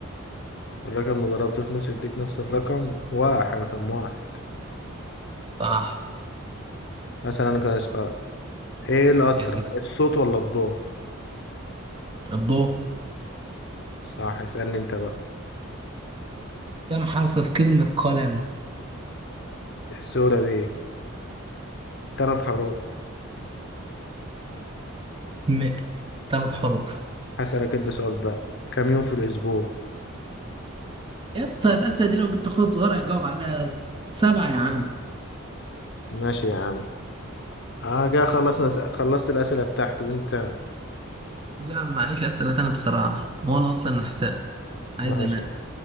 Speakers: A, on the left (about 50°); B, on the right (about 25°).
A: الرقم اللي ضربته في نص يديك نفس الرقم واحد رقم واحد
B: صح
A: مثلا انا كده ايه الاسرع
B: يس
A: الصوت ولا الضوء
B: الضوء
A: صح اسألني انت بقى
B: كم حرف في كلمة قلم
A: السؤال دي ثلاث حروف
B: قلم ثلاث حروف
A: هسألك انت سؤال بقى كم يوم في الاسبوع
B: يا اسطى الأسئلة دي لو جبت أخويا الصغير هيجاوب عليها يا اسطى سبعة يا عم
A: ماشي يا عم اه جا خلصنا س... خلصت الاسئله بتاعتي وانت
B: لا معيش أسئلة تانية بصراحة وأنا أصلا نحسها
A: ماشي
B: عايز أنام